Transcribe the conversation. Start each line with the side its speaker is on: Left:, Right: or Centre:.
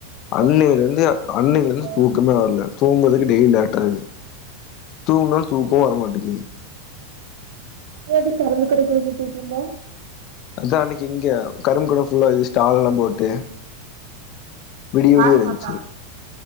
Right: நீ
Left: அன்னையில
Right: எதுக்கு
Left: இருந்து
Right: கரும்பு கடைக்குள்ள சுத்திட்டு
Left: அன்னையில
Right: இருந்த
Left: இருந்து தூக்கமே வரல தூங்குறதுக்கு டெய்லி லேட்டாது தூங்குனாலு தூக்கோ வர மாட்டேக்குது
Right: எதுக்கு கரும்பு கடைக்குள்ள சுத்திட்ருந்த
Left: அதா அன்னைக்கு இங்க கரும்பு கட ஃபுல்லா இது ஸ்டால்லா போட்டு விடிய
Right: யார்
Left: விடிய இருந்ச்சு
Right: பாத்தா